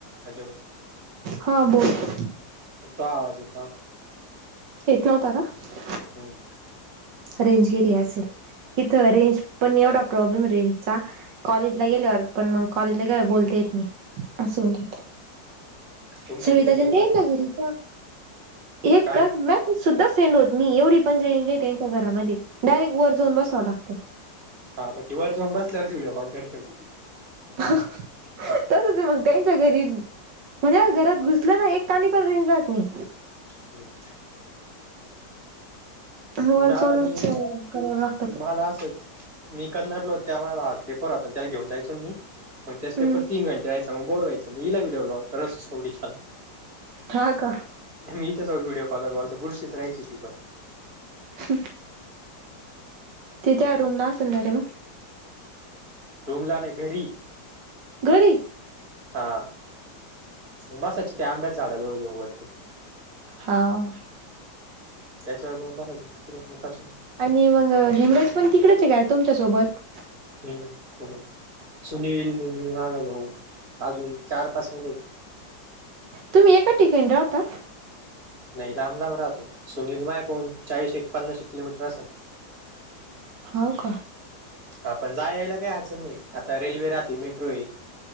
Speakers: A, on the right; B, on the right.
A: Hello
B: हां बोलं.
A: तो आवांज येतं नव्हतां.
B: येतं नव्हतां कां?.
A: हम्म.
B: रेंज गेली असेल इथं रेंज पण एवढा प्रॉब्लेमए रेंजचा. कॉलेजला गेल्यावर पण मंग कॉलेजला गेल्यावर बोलता येत नाही असुन देत.
A: तुमच्या
B: सविताच्यांंद
A: तिथे तरी बरे
B: देईन्ना गुरु प एक
A: काय
B: का?. मॅसेज सुद्धा सेंड होत नाही, एवढी पण रेंज त्यांच्या घरामध्ये डायरेक्ट वर जाऊन बसावं लागतं.
A: हां म ते वर जाऊन बसल्यावर व्हिडिओ कॉल करत होती ती.
B: तसचं मंग त्यांच्या घरी. म्हणजे घरात घुसलं ना एक कांडी पण रेंज राहत नाही.
A: <unintelligible>
B: हो
A: मला
B: जाऊनच
A: मी
B: करावं लाग
A: मला असंच मी करणार नव्हते तेव्हा रा पेपर होता त्याला घेऊन जायचो मी म त्यास पेपर
B: हम्म.
A: तीन घंटे रायचा मग बोर व्हायचा मी इला व्हिडीओ लावायचा रससवडीखाल
B: हा का?
A: मी इच्या सोबत व्हिडिओ कॉल लावायचा बुरशीच राहायची ती पण.
B: हं तिथं रून्ना असेन असेल ना म.
A: रुमलानाई घरी
B: घरी?.
A: हां बसयाची त्या आंब्याच्या झाडाजवळ जाऊ वरती.
B: हां.
A: त्याच्यावर जाऊन बसाची तिकडं झोपाची.
B: आणि मंग हेमराज पण तिकडेचाय काय तुमच्यासोबत?.
A: हम्म ह सुनील म माझा भाऊ अजून चार पाच मुले हेत
B: तुमी एका ठिकाणी राहता?.
A: नाही लांब लांब राहतोय सुनील माया पवून चाळीश एक पन्नाशेक किलोमीटर असल.
B: हाऊ का?.
A: हा पण जाययायला काही अडचण नाही, आता रेल्वे राहती मेट्रो हेय.